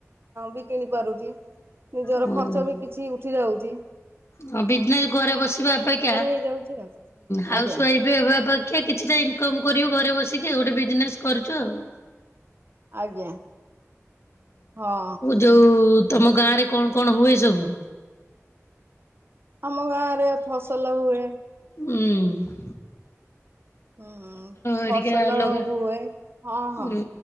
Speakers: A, on the right (about 50°); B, on the left (about 60°).
A: ବି କିଣି ପାରୁଚି। ନିଜର
B: ହୁଁ।
A: ଖର୍ଚ୍ଚ ବି କିଛି ଉଠି ଯାଉଚି।
B: ହଁ ବିଜନେସ୍ ଘରେ ବସିବା ଅପେକ୍ଷା
A: ହେଇଯାଉଛି ଆଉ
B: ହାଉସ
A: ଆଜ୍ଞା
B: ୱାଇଫ୍ ଏବେ ବା ପାଖିଆ କିଛିଟା ଇନକମ କରିବୁ ଘରେ ବସିକି ଗୋଟେ ବିଜନେସ କରୁଛୁ ଆଉ
A: ଆଜ୍ଞା ହଁ
B: ଯୋଉଁ ତମ ଗାଁ ରେ କଣ କଣ ହୁଏ ସବୁ
A: ଆମ ଗାଁ ରେ ଫସଲ ହୁଏ
B: ହୁଁ।
A: ହୁଁ
B: ହେରିକା
A: ଫସଲ
B: ଲଗା
A: ହୁଏ। ହଁ ହଁ
B: ଉଁ